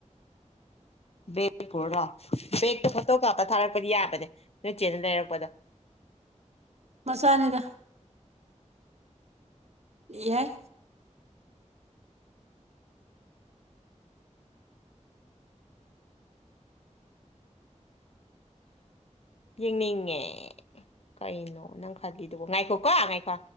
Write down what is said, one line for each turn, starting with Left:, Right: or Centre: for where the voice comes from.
Left: ꯕꯦꯒ ꯄꯨꯔꯣ ꯕꯦꯒꯛꯇꯣ ꯐꯣꯇꯣ ꯀꯥꯞꯇ ꯊꯥꯔꯛꯄꯗꯤ ꯌꯥꯕꯅꯦ ꯅꯣꯏꯆꯦꯅ ꯂꯩꯔꯛꯄꯗꯣ
Right: ꯃꯁꯥꯅꯦꯗ ꯌꯥꯏ ꯫
Left: ꯌꯦꯡꯅꯤꯡꯉꯦ ꯀꯩꯅꯣ ꯅꯪ ꯈꯜꯂꯤꯗꯨꯕꯣ ꯉꯥꯏꯈꯣꯀꯣ ꯉꯥꯏꯈꯣ